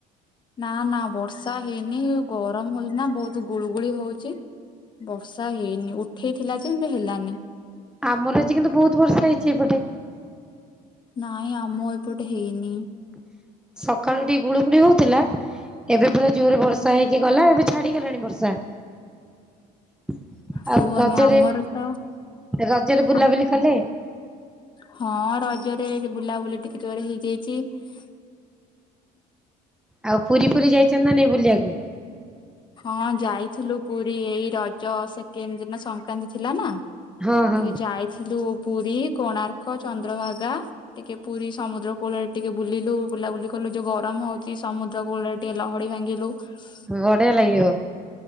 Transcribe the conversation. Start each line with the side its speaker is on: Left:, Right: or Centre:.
Left: ନା ନା ବର୍ଷା ହେଇନି ଗରମ ହଉଛି ନା ବହୁତ ଗୁଳୁ ଗୁଳି ହଉଛି । ବର୍ଷା ହେଇନି ଉଠେଇଥିଲା ଯେ କିନ୍ତୁ ହେଲାନି ।
Centre: ଆମର ଆଜି କିନ୍ତୁ ବହୁତ ବର୍ଷ ହେଇଛି ଏପଟେ ।
Left: ନାଇଁ ଆମ ଏପଟେ ହେଇନି ।
Centre: <inaudible> ସକାଳୁ ଟିକେ ଗୁଳୁଗୁଳି ହଉଥିଲା ଏବେ ପୁରା ଜୋରରେ ବର୍ଷା ହେଇକି ଗଲା ଏବେ ଛାଡିଗଲାଣି ବର୍ଷା । <inaudible>
Left: କୁହନି
Centre: ଆଉ ରଜରେ
Left: ଆମର ତ
Centre: ରଜରେ ବୁଲାବୁଲି
Left: ଆମ
Centre: କଲେ?
Left: ହଁ ରଜରେ ବୁଲାବୁଲି ଟିକେ ଜୋରେ ହେଇଯାଇଛି ।
Centre: ଆଉ ପୁରୀ ଫୁରୀ ଯାଇଛନ୍ତି ନା ନାଇ ବୁଲିବାକୁ?
Left: ହଁ ଯାଇଥିଲୁ ପୁରୀ ଏଇ ରଜ ସେକେଣ୍ଡ ଦିନ ସଂକ୍ରାନ୍ତି ଥିଲା ନା ଟିକେ
Centre: ହଁ ହଁ
Left: ଯାଇଥିଲୁ ପୁରୀ । ପୁରୀ କୋଣାର୍କ ଚନ୍ଦ୍ରଭାଗା ଟିକେ ପୁରୀ ସମୁଦ୍ର କୂଳରେ ଟିକେ ବୁଲିଲୁ ବୁଲାବୁଲି କଲୁ ଯୋଉ । ଗରମ ହଉଚି ସମୁଦ୍ର କୂଳରେ ଟିକେ ଲହଡି ଭାଙ୍ଗିଲୁ ।
Centre: ବଢିଆ ଲାଗିବ ।